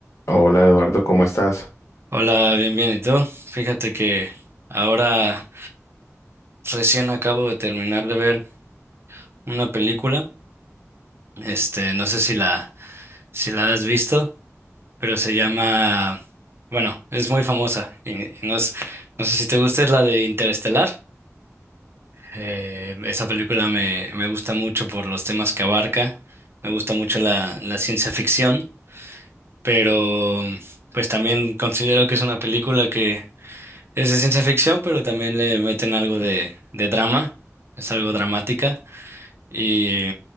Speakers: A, on the left (about 65°); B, on the right (about 50°).
A: Hola Eduardo, ¿cómo estás?
B: Hola, bien, bien. ¿Y tú? Fíjate que ahora recién acabo de terminar de ver una película. Este, no sé si la, si la has visto, pero se llama, bueno, es muy famosa. Y, y no, es- no sé si te gusta, es la de Interestelar. Eh, esa película me, me gusta mucho por los temas que abarca. Me gusta mucho la, la ciencia ficción, pero pues también considero que es una película que Es de ciencia ficción, pero también le meten algo de, de drama, es algo dramática y,